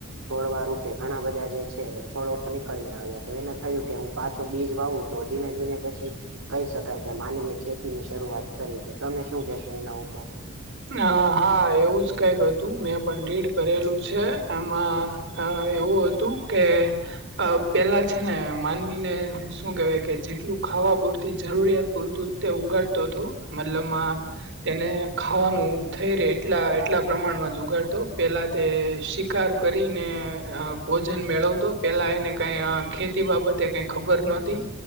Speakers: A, on the right; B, on the right.
A: છોડવા રૂપે ઘણા બધા જે છે ફળો નીકળી આવ્યા તો એને થયું કે હું પાછો બીજ વાવું તો ધીમે ધીમે પછી કહી શકાય કે માનવીય ખેતી ની શરૂઆત કરી તો તમે શું કેશો એના ઉપર?
B: હ હા એવું જ કઈક હતું મેં પણ રીડ કરેલું છે એમાં હ એવું હતું કે અ પેલા છે ને માનવીને શું કેહેવાય કે જેટલું ખાવા પૂરતી જરૂરિયાત પૂરતું તે ઉગાડતો હતો મતલબ આ, તેને ખાવાનું થઈ રે એટલા એટલા પ્રમાણમાં જ જોગાડતો પેલા તે શી કાર કરીને અહ ભોજન મેળવતો પેલા એને કઈ આ ખેતી બાબતે કઈ ખબર નતી.